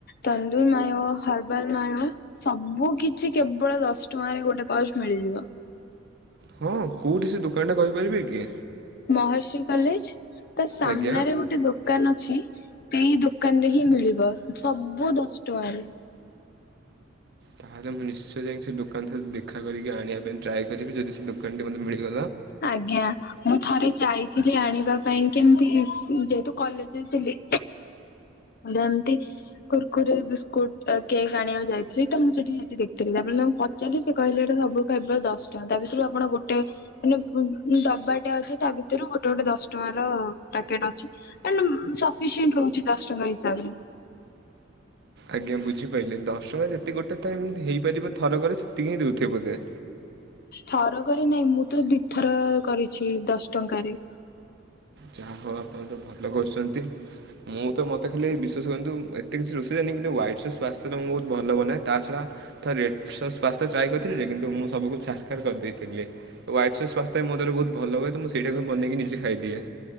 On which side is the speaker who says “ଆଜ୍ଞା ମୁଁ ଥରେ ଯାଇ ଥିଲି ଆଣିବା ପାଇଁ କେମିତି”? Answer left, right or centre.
Left